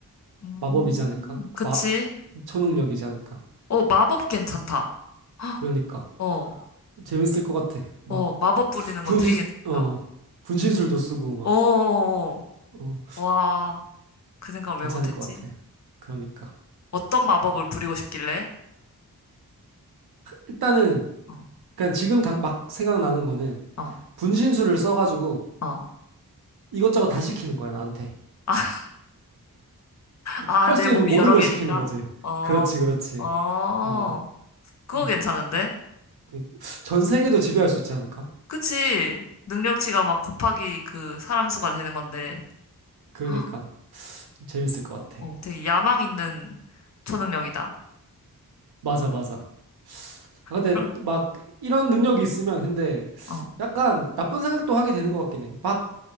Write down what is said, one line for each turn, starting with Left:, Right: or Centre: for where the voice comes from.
Left: 음,
Right: 마법이지 않을까?
Left: 그치?
Right: 마, 초능력이지 않을까?
Left: 어, 마법 괜찮다.
Right: 음,
Left: 헉,
Right: 그러니까
Left: 어,
Right: 재밌을 것 같아. 막
Left: 어, 마법 부리는
Right: 분신,
Left: 거 되게 괜찮다.
Right: 어, 분신술도 쓰고 막.
Left: 어, 어,
Right: 어.
Left: 어. 와, 그 생각을
Right: 괜찮을
Left: 왜 못했지?
Right: 것 같아. 그러니까.
Left: 어떤 마법을 부리고 싶길래?
Right: 일단은,
Left: 어,
Right: 그냥 지금 당- 막 생각나는 거는
Left: 어,
Right: 분신술을 써가지고
Left: 어.
Right: 이것저것 다 시키는 거야, 나한테.
Left: <laughs> 아,
Right: 할
Left: 내
Right: 수
Left: 몸이
Right: 있는 모든
Left: 여러
Right: 걸
Left: 개니까?
Right: 시키는 거지.
Left: 어,
Right: 그렇지, 그렇지.
Left: 어,
Right: 어.
Left: 그거
Right: 음.
Left: 괜찮은데?
Right: 그- 전 세계도 지배할 수 있지 않을까?
Left: 그치? 능력치가 막 곱하기 그 사람 수가 되는 건데, <gasps>
Right: 그러니까.
Left: 헉,
Right: 재밌을 것 같아.
Left: 어, 되게 야망 있는 초능력이다.
Right: 맞아, 맞아. 아, 근데
Left: 그런,
Right: 막 이런 능력이 있으면 근데
Left: 어,
Right: 약간 나쁜 생각도 하게 되는 것 같긴 해. 막